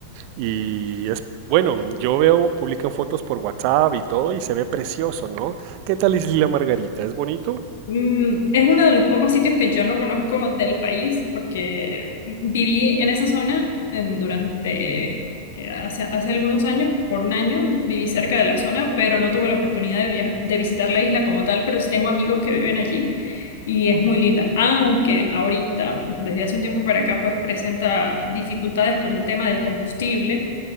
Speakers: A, on the right; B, on the left.
A: y es, bueno, yo veo, publican fotos por WhatsApp y todo y se ve precioso, ¿no? ¿Qué tal Isla Margarita? ¿Es bonito?
B: Mm, es uno de los pocos sitios que yo no conozco del país porque viví en esa zona en- durante, eh, hace, hace algunos años, por un año, viví cerca de la zona, pero no tuve la oportunidad de, via- de visitar la isla como tal, pero sí tengo amigos que viven allí y es muy linda, aunque ahorita, desde hace un tiempo para acá, pues presenta dificultades con el tema del combustible